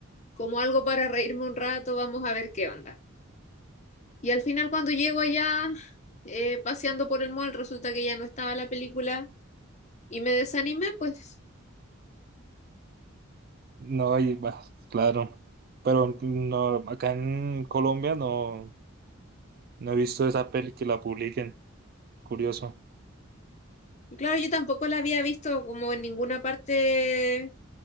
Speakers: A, on the left (about 35°); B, on the right (about 45°).
A: como algo para reírme un rato, vamos a ver qué onda. Y al final cuando llego allá, eh, paseando por el mall, resulta que ya no estaba la película y me desanimé, pues
B: No, y bah, claro. Pero no, acá en Colombia no, no he visto esa peli que la publiquen. Curioso.
A: Y claro, yo tampoco la había visto como en ninguna parte